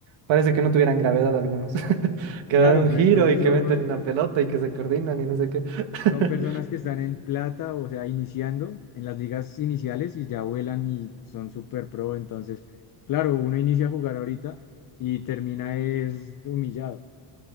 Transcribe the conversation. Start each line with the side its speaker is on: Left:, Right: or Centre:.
Right: Parece que no tuvieran gravedad algunos. <laughs> Que
Left: claro,
Right: dan un
Left: pero
Right: giro
Left: entonces
Right: y que
Left: son,
Right: meten la pelota y que se coordinan y no sé qué. <laughs>
Left: son personas que están en plata, o sea, iniciando en las ligas iniciales y ya vuelan y son super pro, entonces, claro, uno inicia a jugar ahorita y termina es humillado.